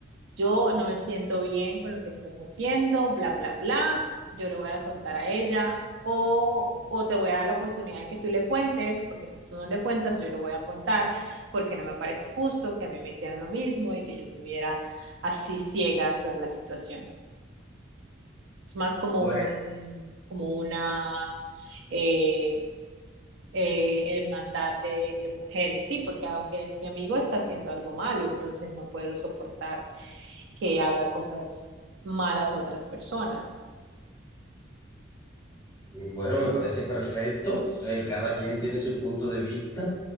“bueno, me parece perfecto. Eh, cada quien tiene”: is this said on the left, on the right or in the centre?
Left